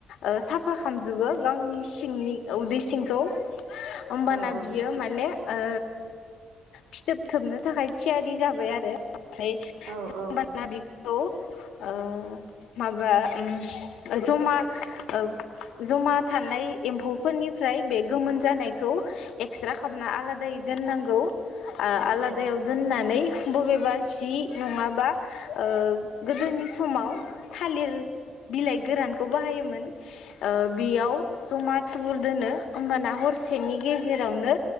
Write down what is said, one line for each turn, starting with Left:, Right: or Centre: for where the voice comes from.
Left: ओ साफा खालामजोबो गावनि सिंनि उदै सिंखौ होमबाना
Right: औ
Left: बियो
Right: औ
Left: माने ओ फिथोब थोबनो थाखाय थियारि जाबाय आरो ओमफाय
Right: औ औ
Left: औ ओ माबा ओ जमा ओ जमा थानाय एम्फौफोरनिफ्राय बे गोमोन जानायखौ एक्स्रा खालामना आलादायै दोननांगौ आ
Right: औ
Left: आलादायाव दोननानैै
Right: औ
Left: बबेबा जि नङाबा ओ गोदोनि समाव थालिर बिलाइ गोरानखौ बाहायोमोन ओ बेयाव जमा थुबुर दोनो होमबाना हरसेनि गेजेरावनो